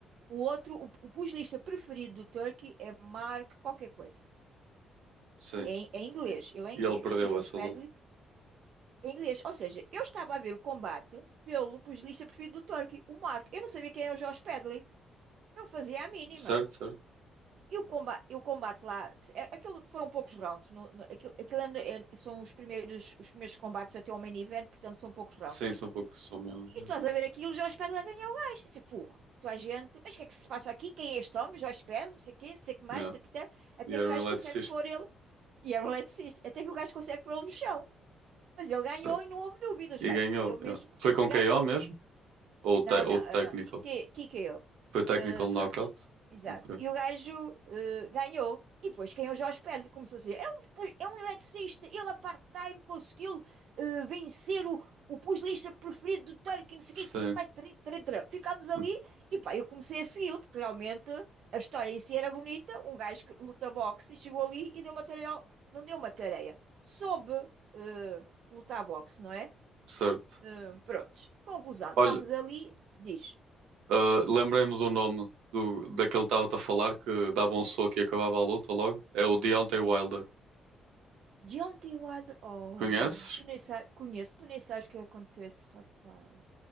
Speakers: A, on the right (about 65°); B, on the right (about 85°).
A: o outro, o, o pugilista preferido do Turkey é Mark qualquer coisa.
B: Sim.
A: É, em- é inglês,
B: E
A: ele é inglês.
B: e ele perdeu
A: E o Jorge
B: essa
A: Padley
B: luta.
A: Em inglês. Ou seja, eu estava a ver o combate pelo pugilista preferido do Turkey, o Mark. Eu não sabia quem era o Josh Pedley. Não fazia a mínima.
B: Certo, certo.
A: E o combate, e o combate lá, é- aquilo foram poucos rounds. No, no- aquilo aquilo é- é- são os primeiros, os primeiros combates até ao main event, portanto são poucos rounds.
B: Sim, são poucos, são menos. Yeah.
A: E tu estás a ver aquilo, Josh Pedley a ganhar o gajo. Eu disse, "Fogo, tu a gente, mas o que é que se passa aqui? Quem é este homem? Josh Pedley, não sei o quê, não sei o que mais,
B: Yeah.
A: tatatá." até
B: E era
A: que o gajo
B: um eletricista.
A: consegue pôr ele. E era um eletricista, até que o gajo consegue pôr ele no chão. Mas ele ganhou
B: Certo.
A: e não houve dúvidas.
B: E
A: O gajo
B: ganhou.
A: perdeu mesmo
B: yeah. Foi com
A: e ganhou.
B: KO mesmo? Ou,
A: Não,
B: te- ou
A: não, ah,
B: technical.
A: não, T- T- TKO.
B: Foi technical
A: Uh,
B: knockout?
A: prontos, exato.
B: Ok.
A: E o gajo uh, ganhou. E depois quem é o Jorge Pérez começou a dizer: é um, pu- é um eletricista, ele a part-time conseguiu uh, vencer o, o pugilista preferido do Turkey, não sei
B: Sim.
A: o quê, não sei o quê mais tará, tará, tará." Ficámos ali
B: Hum,
A: e pá, eu comecei a segui-lo, porque realmente a história em si era bonita. Um gajo que luta boxe e chegou ali e deu uma tareia, ao- não deu uma tareia, soube uh, lutar boxe, não é?
B: Certo.
A: Hum, prontos. Conclusão.
B: Olha,
A: Estamos ali. Diz.
B: ah, lembrei-me do nome do, daquele que estava-te a falar que dava um soco e acabava a luta logo. É o Deontay Wilder.
A: Sim. Deontay Wilder. Oh,
B: Conheces?
A: tu nem sabes. Conheço. Tu nem sabes o que aconteceu a esse rapaz.